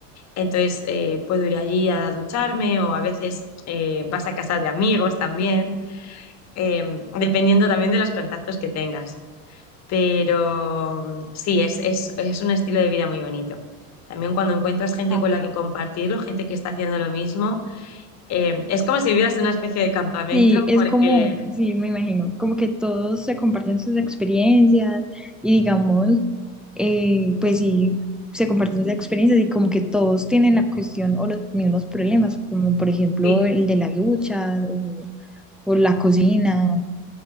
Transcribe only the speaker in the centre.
Ah,
Sí, es
como, sí, me imagino, como que todos se comparten sus experiencias y digamos, eh, pues sí, se comparten sus experiencias y como que todos tienen la cuestión o los mismos problemas, como por ejemplo
el de la ducha o, o la cocina.